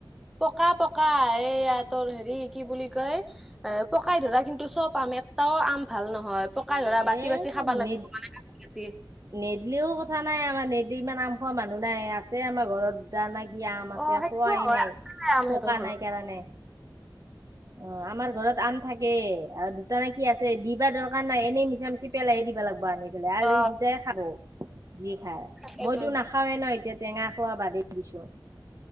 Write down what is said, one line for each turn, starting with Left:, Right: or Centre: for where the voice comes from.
Centre: পকা পকা এইয়া তোৰ হেৰি হেৰি কি বুলি কয় এ পকাই ধৰা কিন্তু চব আম এটাও আম ভাল নহয় পকা ধৰা বাচি
Right: এ
Centre: বাচি খাব লাগিব
Right: নে
Centre: মানে কাটি কাটি।
Right: নেদলিও কথা নাই আমাৰ নেদলি ইমান আম খোৱা মানুহ নাই আছে আমাৰ ঘৰত দুটা ন আম আছে
Centre: অ সেইটো
Right: কোৱাই
Centre: হয়
Right: নাই
Centre: আছে আম সিহঁতৰ
Right: পকা
Centre: ঘৰত
Right: নাই কাৰণে। অ' আমাৰ ঘৰত আম থাকে। আৰু দুটা নেকি কি আছে দিবা দৰকাৰ নাই এনেই মিছা মিছি পেলাইহে দিব লাগিব আনি। বোলে আৰু
Centre: অ
Right: এই দুটাই খাব। যি খাই
Centre: তাকেতো
Right: মইতো নাখাওৱে ন এতিয়া টেঙা খোৱা বাদে দিছো